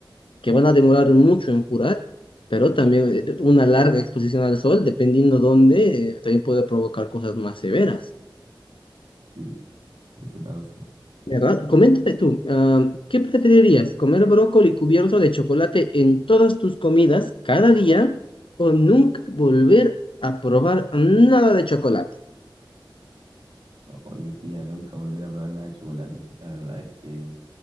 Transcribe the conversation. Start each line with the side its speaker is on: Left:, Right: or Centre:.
Left: que van a demorar mucho en curar, pero también eh, una larga exposición al sol, dependiendo dónde, eh, también puede provocar cosas más severas.
Right: Sí, por ese lado sí.
Left: ¿Verdad? Coméntame tú, ah, ¿qué preferirías? ¿Comer brócoli cubierto de chocolate en todas tus comidas cada día o nunca volver a probar nada de chocolate?
Right: O- Oye, fíjate nunca volver a probar nada de chocolate. La verdad es que